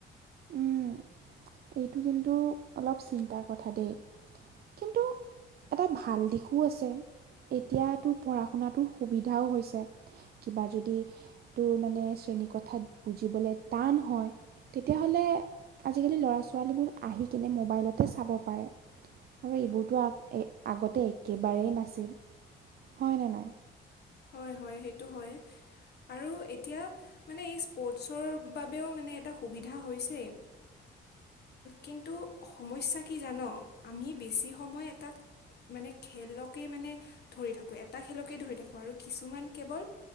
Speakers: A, on the right; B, on the left.
A: উম, এইটো কিন্তু অলপ চিন্তাৰ কথা দেই কিন্তু এটা ভাল দিশো আছে এতিয়া তোৰ পঢ়া শুনাটোৰ সুবিধাও হৈছে কিবা যদি তোৰ মানে কথা বুজিবলৈ টান হয় তেতিয়া হলে আজি কৈ লৰা ছো ছোৱালীবোৰ আহি কিনে মোবাইলতে চাব পাৰে আৰু এইবোৰতো আগতে একেবাৰেই নাছিল হয়নে নাই
B: হয় হয় সেইটো হয় আৰু এতিয়া মানে এই স্পৰ্টছৰ বাবেও মানে এটা সুবিধা হৈছে কিন্তু সমস্যা কি জান আমি বেছি সময় এটা মানে খেলকে মানে ধৰি থাকো এটা খেলকে ধৰি থাকো। আৰু কিছুমান কেৱল